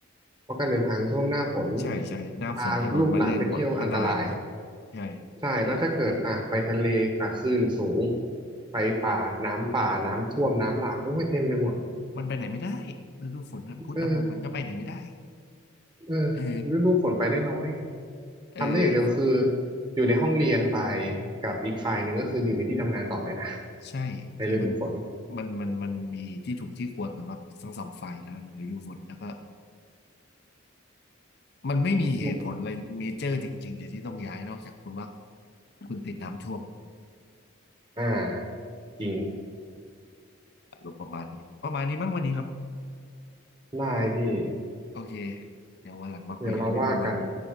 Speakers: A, on the right; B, on the left.
A: เพราะการเดินทางช่วงหน้าฝน
B: ใช่ใช่หน้าฝนถนนมันลื่นบดอันตรายกว่า
A: พาลูกหลานไปเที่ยวอันตราย
B: ใช่
A: ใช่แล้วถ้าเกิดอ่ะไปทะเลอ่ะคลื่นสูงไปป่าน้ำป่าน้ำท่วมน้ำหลากโอ้ยเต็มไปหมด
B: มันไปไหนไม่ได้ฤดูฝนนะพูดตามตรงมันก็ไปไหนไม่ได้
A: เออ เออฤดูฝนไปได้น้อย
B: เออเออ
A: ทำได้อย่างเดียวคืออยู่ในห้องเรียนไปกับอีกฝ่ายหนึ่งก็คืออยู่ในที่ทำงานต่อไปนะ
B: ใช่คือมัน
A: ในฤดูฝน
B: มันมันมันมีที่ถูกที่ควรสำหรับทั้งสองฝ่ายแล้วหรือดูฝนแล้วก็มันไม่มีเหตุผลอะไรเมเจอร์จริงๆเดี๋ยวที่ต้องย้ายนอกจากคุณว่า
A: อม
B: คุณติดน้ำท่วม
A: อ่าจริง
B: อารมณ์ประมาณนี้ประมาณนี้มั้งวันนี้ครับ
A: ได้พี่
B: โอเคเดี๋ยววันหลังมาคุยกันเรื่องประมาณนี้
A: เดี๋ยวเราว่ากัน